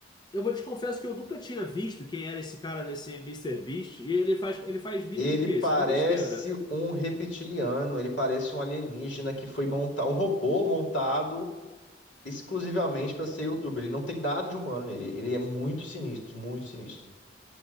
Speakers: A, on the left; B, on the left.
A: Eu vou te confesso que eu nunca tinha visto quem era esse cara desse Mister Beast. E ele faz, ele faz vídeo
B: Ele
A: de quê?
B: parece
A: Só de besteira, né?
B: um reptiliano, ele parece um alienígena que foi montar um robô montado exclusivamente para ser youtuber. Ele não tem nada de humano nele, ele é muito sinistro, muito sinistro.